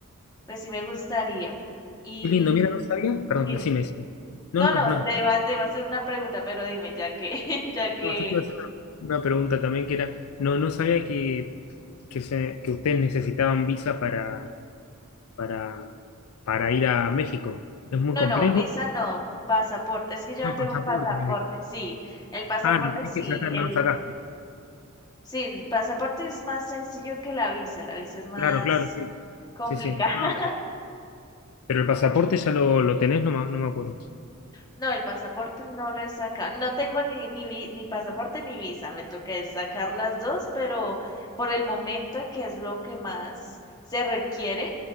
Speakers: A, on the left; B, on the left.
A: pues sí me gustaría. Y
B: Qué lindo, mira, no sabía. Perdón,
A: dime,
B: decime, decime. No,
A: no,
B: no,
A: no,
B: no. No,
A: te iba, te iba a hacer una pregunta, pero dime, ya que, <laughs> ya que
B: yo te iba a hacer una, una pregunta también que era, no, no sabía que, que, se- que ustedes necesitaban visa para, para, para ir a México. Es muy
A: No,
B: complejo.
A: no, visa no, pasaporte. Es que yo no
B: Ah,
A: tengo
B: pasaporte,
A: pasaporte,
B: me dijiste.
A: sí. El pasaporte
B: Ah, lo tenés
A: sí,
B: que sacar,
A: el
B: no lo sacaste.
A: sí, el pasaporte es más sencillo que la visa, la visa es más
B: Claro, claro, sí.
A: complicada.
B: Sí, sí.
A: <laughs>
B: Ah, me- Pero el pasaporte ya lo, lo tenés, no, me- no me acuerdo.
A: No, el pasaporte no lo he sacado. No tengo ni, ni, vi- ni pasaporte ni visa. Me toca es sacar las dos, pero por el momento que es lo que más se requiere